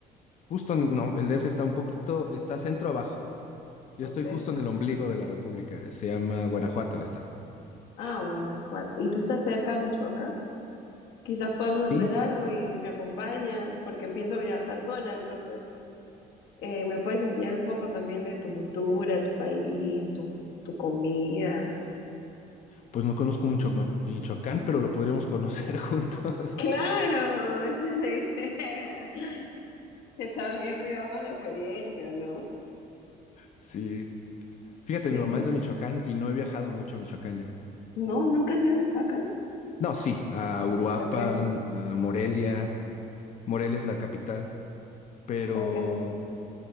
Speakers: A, on the left (about 45°); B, on the left (about 85°).
A: justo en- no, el DF está un poquito, está centro abajo, Yo
B: Ok.
A: estoy justo en el ombligo de la República. Se llama Guanajuato el estado.
B: Ah, Guanajuato. ¿Y tú estás cerca a Michoacán? Quizás podemos hacer
A: Sí,
B: algo y me acompañas, porque pienso viajar sola, entonces eh, me puedes enseñar un poco también de tu cultura, tu país, tu, tu comida.
A: pues no conozco mucho Ma- Michoacán, pero lo podríamos conocer <laughs> juntos.
B: Claro, esa es la idea. <laughs> Que también vivamos la experiencia, ¿no?
A: Sí. Fíjate,
B: Sí,
A: mi mamá
B: sí.
A: es de Michoacán y no he viajado mucho a Michoacán yo.
B: No, nunca se ha hecho acá.
A: No, sí, a Uruapan,
B: Ok,
A: a Morelia. Morelia es la capital, pero,
B: ok.